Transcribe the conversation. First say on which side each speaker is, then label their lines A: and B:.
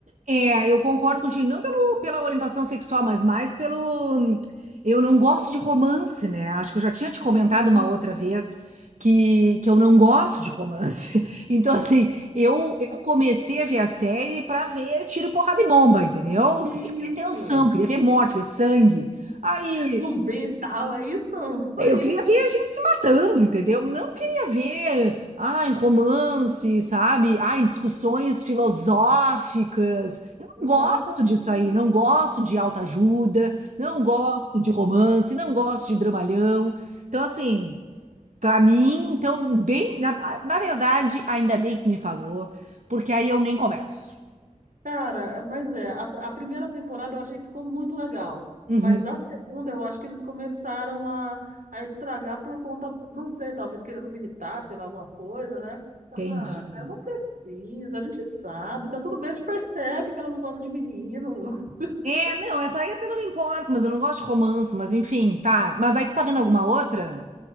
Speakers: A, on the right; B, on the right.
A: É, eu concordo contigo, não pelo, pela orientação sexual, mas mais pelo. Eu não gosto de romance, né? Acho que eu já tinha te
B: Hum,
A: comentado uma outra vez que, que eu não gosto de romance. <laughs> Então, assim, eu, eu comecei a ver a série pra ver tiro, porrada e bomba, entendeu?
B: Isso!
A: Queria ver tensão, queria ver morte, ver sangue. Aí
B: Zumbi e tal, é isso? <laughs> Isso
A: é,
B: aí!
A: Eu queria ver a gente se matando, entendeu? Não queria ver, ai, romance, sabe? Ai, discussões filosóficas. Eu
B: Exatamente.
A: não gosto disso aí, não gosto de autoajuda, não gosto de romance, não gosto de dramalhão. Então, assim, pra mim, então, bem, na, na verdade, ainda bem que tu me falou, porque aí eu nem começo.
B: Cara, é- mas é, a, se- a primeira temporada eu achei que ficou muito legal,
A: Uhum,
B: mas a segunda eu acho que eles começaram a, a estragar por conta, não sei, talvez querendo militar, sei lá, alguma coisa, né? Eu
A: entendi.
B: falei, ah, cara, não precisa, a gente sabe, tá tudo bem, a gente percebe que ela não gosta de menino. <laughs>
A: É, não, essa aí até não me importa, mas eu não gosto de romance, mas enfim, tá. Mas aí tu tá vendo alguma outra?